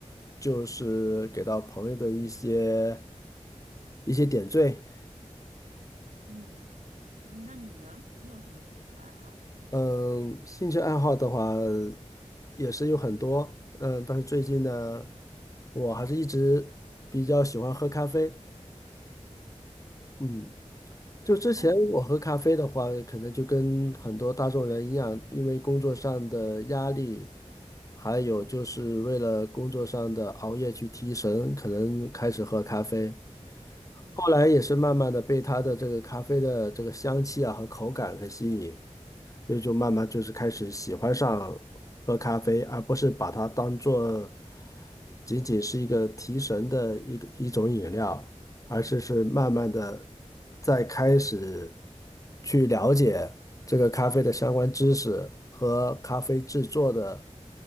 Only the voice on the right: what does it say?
嗯，嗯那你呢？你有什么兴趣爱好？
哦，
嗯